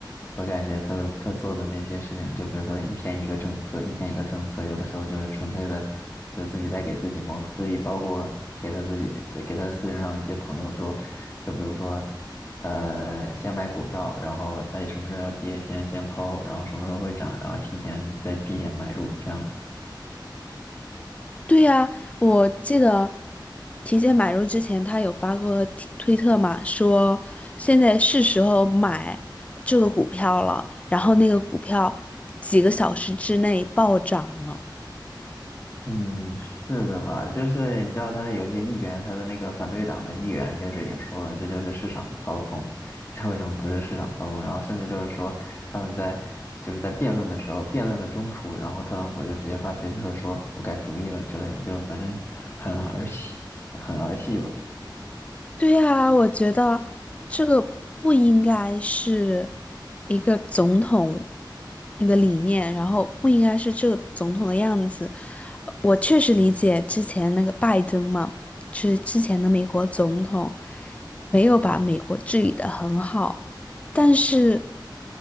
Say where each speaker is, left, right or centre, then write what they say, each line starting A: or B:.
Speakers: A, on the left; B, on the left.
A: 我感觉他他做的那些事情，就比如说一天一个政策，一天一个政策，有的时候就是纯粹的是自己在给自己谋私利，包括给他自己给他私人上的一些朋友说，就比如说。呃，先买股票，然后它什么时候要跌先先抛，然后什么时候会涨，然后提前在低点买入，这样子。
B: 对呀，我记得提前买入之前，他有发过推推特嘛，说现在是时候买这个股票了，然后那个股票几个小时之内暴涨了。
A: 嗯，是的吧？就是你知道他的有些议员，他的那个反对党的议员，就是也说了，这就是市场操控，<laughs> 这为什么不是市场操控？然后甚至就是说他们在就是在辩论的时候，辩论的中途，然后特朗普就直接发推特说我改主意了之类的，就反正很儿戏，很儿戏吧。
B: 对啊，我觉得这个不应该是一个总统的理念，然后不应该是这个总统的样子。我确实理解之前那个拜登嘛，是之前的美国总统，没有把美国治理的很好。但是